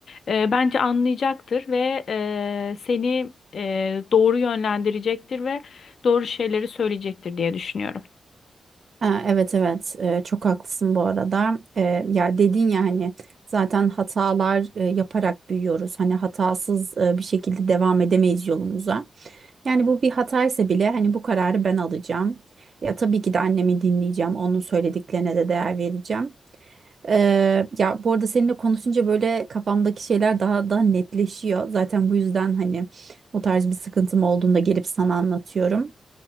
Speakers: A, on the left; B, on the right.
A: e, bence anlayacaktır ve e, seni e, doğru yönlendirecektir ve doğru şeyleri söyleyecektir diye düşünüyorum.
B: Ha, Evet evet Ee, çok haklısın bu arada. Ee, ya dedin ya hani zaten hatalar e, yaparak büyüyoruz. Hani hatasız e, bir şekilde devam edemeyiz yolumuza. Yani bu bir hataysa bile hani bu kararı ben alacağım. Ya tabii ki de annemi dinleyeceğim. Onun söylediklerine de değer vereceğim. Ee, ya bu arada seninle konuşunca böyle kafamdaki şeyler daha da netleşiyor. Zaten bu yüzden hani bu tarz bir sıkıntım olduğunda gelip sana anlatıyorum.